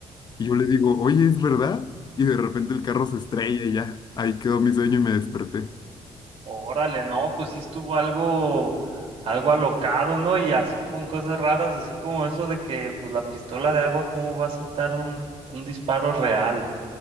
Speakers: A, on the left (about 40°); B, on the right (about 60°).
A: Y yo le digo, oye, ¿es verdad? Y de repente el carro se estrella y ya, ahí quedó mi sueño y me desperté.
B: Órale, no, pues sí estuvo algo, algo alocado, ¿no? Y así con cosas raras, así como eso de que, pues la pistola de agua, ¿cómo va a soltar un, un disparo real?